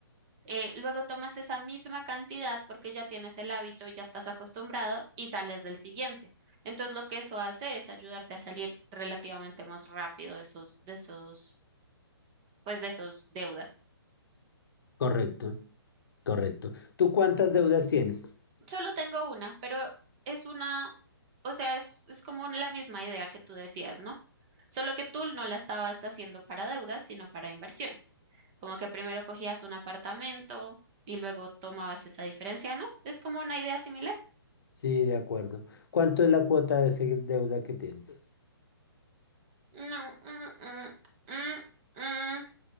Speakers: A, on the right (about 15°); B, on the left (about 60°).
A: eh, luego tomas esa misma cantidad porque ya tienes el hábito y ya estás acostumbrado y sales del siguiente. Entonces lo que eso hace es ayudarte a salir relativamente más rápido de esos, de esos, pues de esos deudas.
B: correcto, correcto. ¿Tú cuántas deudas tienes?
A: Solo tengo una, pero es una, o sea, es, es como la misma idea que tú decías, ¿no? Solo que tú no la estabas haciendo para deudas, sino para inversión. Como que primero cogías un apartamento y luego tomabas esa diferencia, ¿no? Es como una idea similar.
B: Sí, de acuerdo. ¿Cuánto es la cuota de esa deuda que tienes?
A: No, mm, mm, mm,